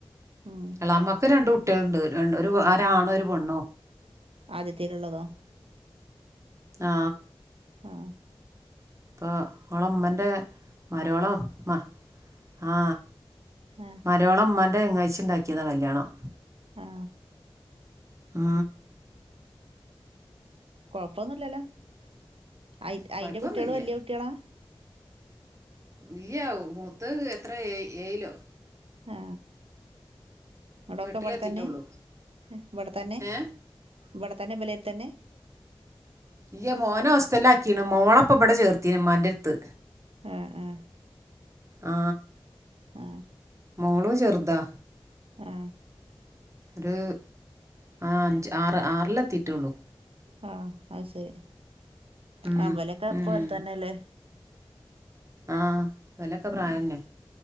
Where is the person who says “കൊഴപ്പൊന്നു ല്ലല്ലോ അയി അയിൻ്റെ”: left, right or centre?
Right